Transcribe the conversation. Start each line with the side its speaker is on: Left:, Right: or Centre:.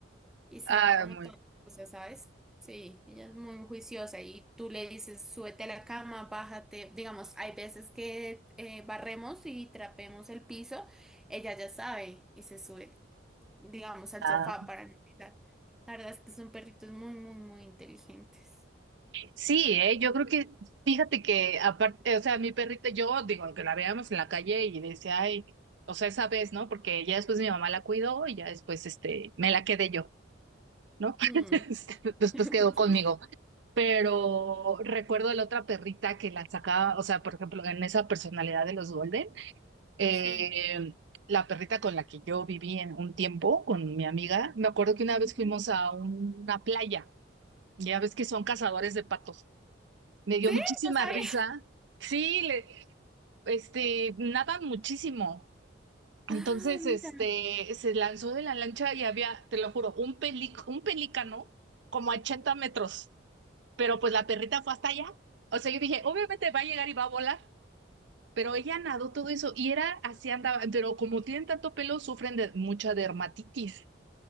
Centre: y sabe
Right: ah,
Centre: como
Right: muy.
Centre: todas las cosas, ¿sabes? Sí, ella es muy juiciosa y tú le dices súbete a la cama, bájate. Digamos, hay veces que eh, barremos y trapemos el piso, ella ya sabe y se sube digamos, al
Right: ah.
Centre: sofá para no pisar. La verdad es que son perritos muy, muy, muy inteligentes.
Right: Sí, eh, yo creo que, fíjate que aparte, o sea, mi perrita, yo digo que la veíamos en la calle y decía, ay, o sea, esa vez, ¿no? Porque ya después mi mamá la cuidó y ya después, este, me la quedé yo, ¿no? <laughs>
Centre: Mm.
Right: Después
Centre: <laughs>
Right: quedó conmigo. Pero recuerdo la otra perrita que la sacaba, o sea, por ejemplo, en esa personalidad de los Golden, eh,
Centre: Sí.
Right: la perrita con la que yo viví en un tiempo, con mi amiga, me acuerdo que una vez
Centre: Ujú.
Right: fuimos a una playa, ya ves que son cazadores de patos. Me dio
Centre: Sí,
Right: muchísima
Centre: no sabía.
Right: risa. Sí, le, este, nadan muchísimo. Entonces,
Centre: Ah, mira.
Right: este, se lanzó de la lancha y había, te lo juro, un peli- un pelícano como a 80 metros. Pero pues la perrita fue hasta allá. O sea, yo dije, obviamente va a llegar y va a volar. Pero ella nadó todo eso y era así andaba. Pero como tienen tanto pelo, sufren de mucha dermatitis.